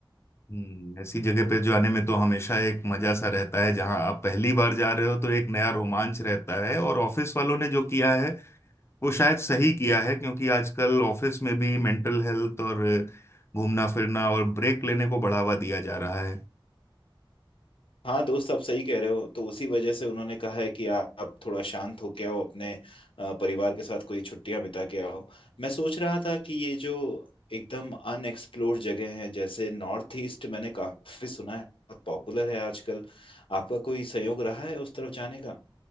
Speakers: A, on the left; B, on the left.
A: हम्म ऐसी जगह पे जाने में तो हमेशा एक मजा सा रहता है जहां आप पहली बार जा रहे हो तो एक नया रोमांच रहता है और ऑफिस वालों ने जो किया है वो शायद सही किया है क्योंकि आजकल ऑफिस में भी मेंटल हेल्थ और घूमना फिरना और ब्रेक लेने को बढ़ावा दिया जा रहा है
B: हाँ दोस्त आप सही कह रहे हो तो उसी वजह से उन्होंने कहा है कि आप आप थोड़ा शांत होके आओ अपने अ, परिवार के साथ कोई छुट्टियां बिता के आओ मैं सोच रहा था कि ये जो एकदम अनएक्सप्लोर्ड जगह है जैसे नॉर्थ ईस्ट मैंने काफी सुना है बहुत पॉपुलर है आजकल आपका कोई संयोग रहा है उस तरफ जाने का